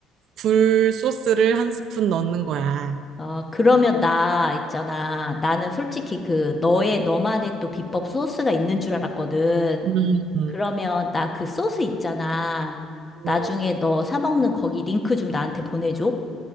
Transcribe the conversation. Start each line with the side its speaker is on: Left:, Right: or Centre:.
Right: 굴 소스를 한 스푼 넣는 거야.
Left: 어, 그러면 나 있잖아. 나는 솔직히 그 너의, 너만의 또 비법 소스가 있는 줄 알았거든.
Right: 음, 음,
Left: 그러면 나 그 소스 있잖아. 나중에
Right: 어,
Left: 너 사 먹는 거기 링크 좀 나한테 보내줘.